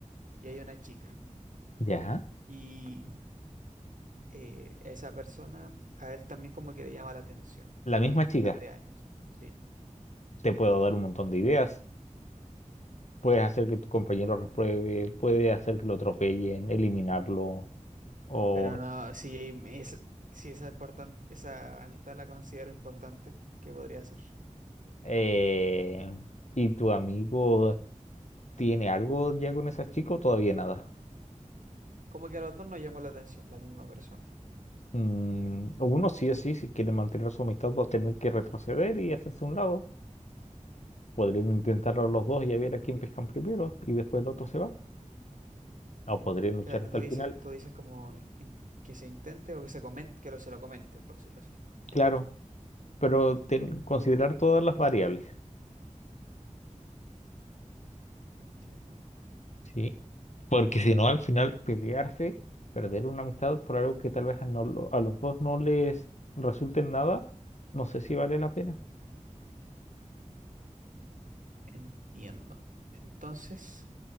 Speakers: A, on the right; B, on the left.
A: y hay una chica?
B: Ya.
A: Y eh, esa persona a él también como que le llama la atención,
B: La
A: y una
B: misma
A: amistad
B: chica,
A: de años. sí
B: te puedo dar un montón de ideas Puedes hacer que tu compañero repruebe, puede hacer que lo atropellen, eliminarlo, o
A: Pero no, si es, si esa importante, esa amistad la considero importante, ¿qué podría ser?
B: eh, ¿y tu amigo tiene algo ya con esas chicas o todavía nada?
A: Como que a los dos nos llamó la atención la misma persona.
B: Mm, uno sí o sí, si quiere mantener su amistad va a tener que retroceder y hacerse a un lado. Podrían intentarlo los dos y a ver a quién pescan primero y después el otro se va. O podrían luchar
A: O sea,
B: hasta
A: tú
B: el
A: dices,
B: final.
A: tú dices como in- que se intente o que se comente, que lo, se lo comente, por decirlo así.
B: Claro, pero ten- considerar todas las variables.
A: Entiendo,
B: Sí, Porque si no, al final pelearse, perder una amistad por algo que tal vez a, no lo- a los dos no les resulte en nada, no sé si vale la pena.
A: entiendo. Entonces,